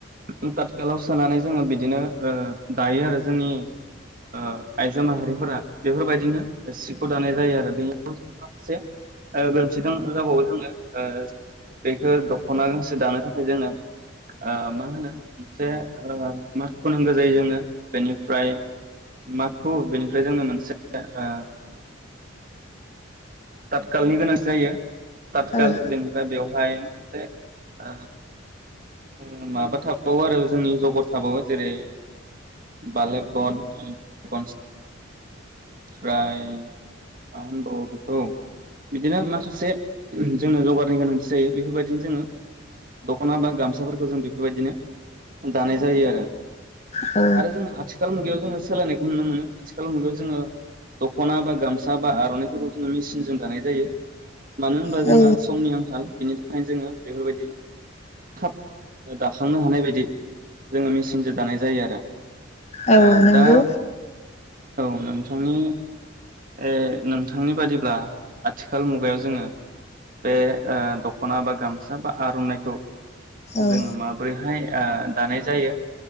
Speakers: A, on the right; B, on the left.
A: <unintelligible> सोनानै जोङो बिदिनो ओ दायो आरो जोंनि ओ आइजो माहारिफोरा बेफोरबायदिनो सिखौ दानाय जायो आरो बे से ओ गोरोन्थि द जाबावो जोंङो। बेखौ दख'ना गांसे दानो थाखाय जोङो ओ मा होनो मोनसे ओ माखु नांगौ जायो जोङो बेनिफ्राय माखु बेनिफ्राय जोनो मोनसे ओ तातखालनि गोनांथि जायो ततखाल
B: औ
A: बेन बेवहाय से ओ ओ माबा थाबावो आरो जोंनि <unintelligible> थाबावो जेरै बालेब गन ओमफ्राय मा होनबावो बेखौ बिदिनो माखासे जोंनो जगारनि गोनांथि जायो बेफोरबायदिनो जोङो दख'ना बा गामसा। साफोरखौ जों बेफोरबायदिनो दानाय जायो आरो।
B: औ
A: आरो जों आथि खाल मुगायाव जोङो सोलायनायखौ नुनो मोनो आथिखाल मुगायाव जोङो दख'ना बा गामसा बा आर'नाइफोरखौ जोङो मेसिनजों दानाय जायो। मानो होनबा
B: औ
A: जोनो समनि आंखाल बिनि थाखायनो जोङो बेफोरबायदि थाब दाखांनो हानाय बायदि जोङो मेचिनजों दानाय जायो आरो।
B: औ
A: ओ
B: नोंगौ।
A: दा औ नोंथांनि ए नोंथांनि बादिब्ला आथिखाल मुगायाव जोङो बे ओ दख'ना बा गामसा बा आर'नाइखौ।
B: औ
A: जों माब्रैहाय? ओ दानाय जायो